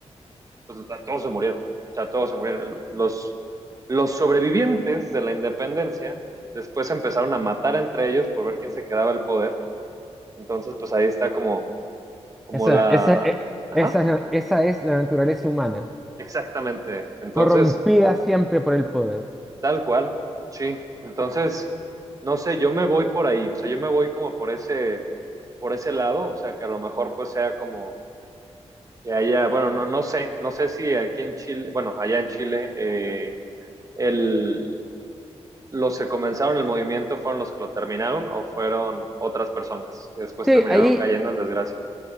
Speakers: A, on the right; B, in the centre.
A: pues todos se murieron. O sea, todos se murieron. Los, los sobrevivientes de la independencia después empezaron a matar entre ellos por ver quién se quedaba el poder. Entonces, pues ahí está como, como
B: Esa,
A: la...
B: esa, e-
A: Ajá,
B: esa, es la- esa es la naturaleza humana,
A: exactamente. Entonces,
B: corrompida siempre por el poder.
A: tal cual, sí. Entonces, no sé, yo me voy por ahí. O sea, yo me voy como por ese, por ese lado. O sea, que a lo mejor pues sea como que haya, bueno, no, no sé, no sé si aquí en Chile, bueno, allá en Chile, eh, el, ¿Los que comenzaron el movimiento fueron los que lo terminaron o fueron otras personas que después
B: Sí,
A: terminaron
B: ahí,
A: cayendo en desgracia?